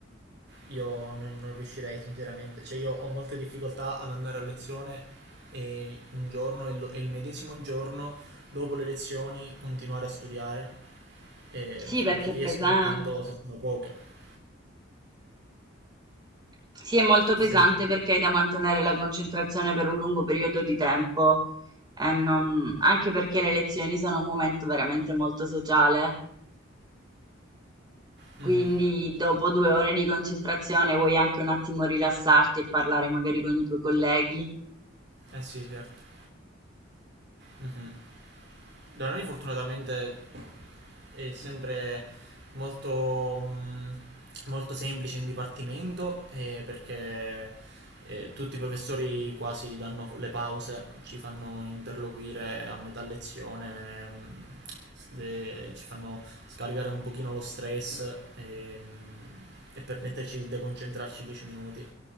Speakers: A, on the right; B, on the right.
A: Io non, non riuscirei sinceramente, cioè io ho molte difficoltà ad andare a lezione e un giorno e lo- e il medesimo giorno dopo le lezioni continuare a studiare e
B: sì, perché
A: riesco
B: è pesante.
A: soltanto se sono poche.
B: Sì, è molto pesante
A: Chi sei?
B: perché hai da mantenere la concentrazione per un lungo periodo di tempo e non- anche perché le lezioni sono un momento veramente molto sociale. Quindi
A: Mhm.
B: dopo due ore di concentrazione vuoi anche un attimo rilassarti e parlare magari con i tuoi colleghi.
A: Eh sì, certo. Mhm. Da noi fortunatamente è sempre molto, mh, molto semplice in dipartimento eh, perché eh, tutti i professori quasi danno le pause, ci fanno interloquire a metà lezione, mh, s- de- ci fanno scaricare un pochino lo stress e, mh, e permetterci di deconcentrarci 10 minuti.